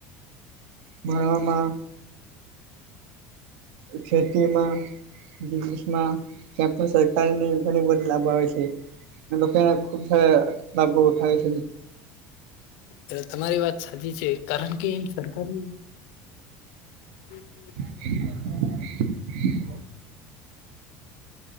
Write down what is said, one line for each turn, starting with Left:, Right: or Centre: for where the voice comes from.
Right: ભરવામાં
Left: <inaudible>
Right: ખેતીમાં બિજનેસમાં ક્યાં પણ સરકારની ઘણી બધી લાગૂ આવે છે, જો કે ખૂબ સારા લાભો થાય છે,
Left: તમારી વાત સાચી છે, કારણ કે એમ સરકારની, <unintelligible>
Right: <unintelligible>